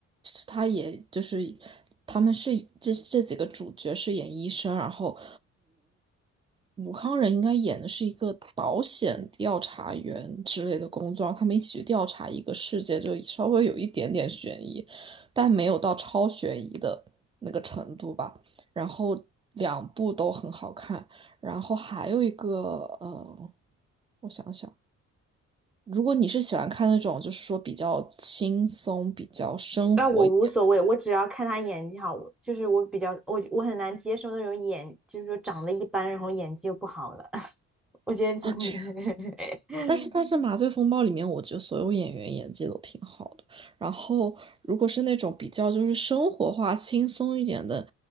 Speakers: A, on the right; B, in the centre.
A: 它也就是他们是这这几个主角是演医生，然后武康人应该演的是一个保险调查员之类的工作，他们一起去调查一个事件，就稍微有一点点悬疑，但没有到超悬疑的那个程度吧。然后两部都很好看，然后还有一个呃，我想想，如果你是喜欢看那种就是说比较轻松、比较生活一点。
B: 那我无所谓，
A: 的。
B: 我只要看他演技好，就是我比较我我很难接受那种演，就是说长得一般，然后演技又不好的。<laughs> 我觉得自己
A: <laughs>
B: <laughs>
A: 但是但是《麻醉风暴》里面，我觉得所有演员演技都挺好的。然后，如果是那种比较就是生活化、轻松一点的，